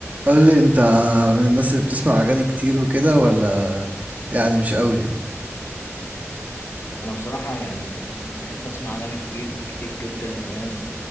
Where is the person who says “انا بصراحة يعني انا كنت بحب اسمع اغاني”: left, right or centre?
Left